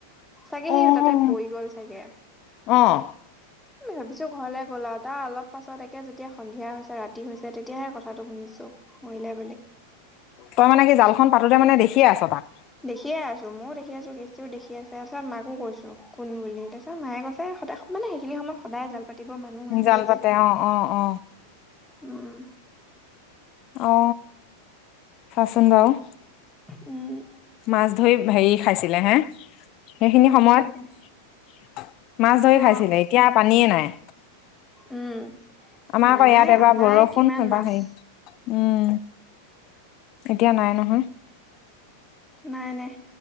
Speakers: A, in the centre; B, on the left (about 40°).
A: চাগে সি
B: অ
A: তাতে পৰি গ'ল চাগে।
B: অ
A: ভাবিছো ঘৰলে গ'লা আৰু তাৰ অলপ পাছত একে যেতিয়া সন্ধিয়া হৈছে ৰাতি কি হৈছে তেতিয়াহে কথাটো শুনিছো মৰিলে বুলি।
B: তই মানে কি, জালখন পাতোতে মানে দেখিয়েই আছ তাক?
A: দেখিয়ে আছো মইও দেখি আছো গৃষ্টিও দেখি আছে তাৰপিছত মাকো কৈছো কোন বুলি এইটো। মোক মায়ে কৈছে সদায়, মানে সেইখিনি সময়ত সদায় জাল পাতিবো মানুহ আহেই
B: জাল পাতে
A: যে।
B: অ অ অ
A: উম,
B: অ, চাচোন বাৰু।
A: উম,
B: মাছ ধৰি হেৰি খাইছিলে হে সেইখিনি সময়ত
A: তাকে
B: মাছ ধৰি
A: অ
B: খাইছিলে, এতিয়া পানীয়ে নাই।
A: উম
B: আমাৰ
A: নাই
B: আকৌ ইয়াত এবাৰ
A: আমাৰ
B: বৰষুণ
A: কিমান
B: এবাৰ
A: মাছ
B: হেৰি উম, এতিয়া নাই নহয়।
A: নাই - নাই